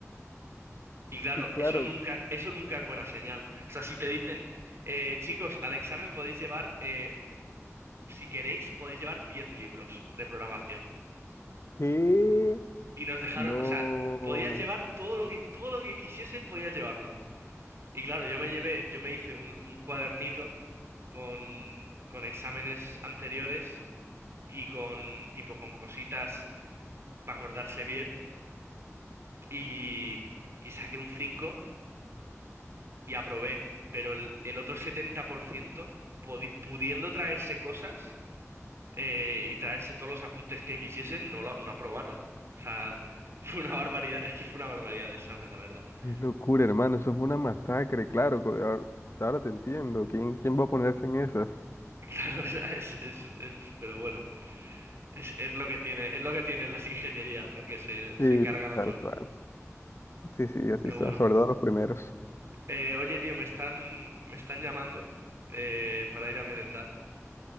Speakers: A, on the right; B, on the left.
A: Y
B: <laughs>
A: claro,
B: sí, claro.
A: eso nunca, eso nunca es buena señal. O sea, si te dicen, eh, chicos, al examen podéis llevar, eh, si queréis, podéis llevar 10 libros de programación.
B: ¿Qué?
A: Y nos dejaron,
B: No,
A: o sea, podías llevar todo lo que, todo lo que quisieses, podías llevarlo. Y claro, yo me llevé, yo me hice un, un cuadernito con, con exámenes anteriores y con, tipo, con cositas para acordarse bien, y, y saqué un 5 y aprobé, pero el, el otro 70%, podi- pudiendo traerse cosas eh, y traerse todos los apuntes que quisiesen, no lo, no aprobaron. O sea, <laughs> fue una barbaridad, es que fue una barbaridad de examen, la verdad. <laughs>
B: qué locura, hermano. Eso fue una masacre, claro. co- Ahora ahora te entiendo. ¿Quién, quién va a ponerse en esas?
A: Claro, o sea, es, es, es- pero bueno, es, es lo que tiene, es lo que tienen las ingenierías, ¿no? Que se, se
B: Sí,
A: cargan a
B: tal
A: todo el
B: cual.
A: mundo.
B: Sí, sí, así
A: Pero
B: son,
A: bueno,
B: sobre todo los primeros.
A: eh, oye, tío, me están, me están llamando eh, para ir a merendar.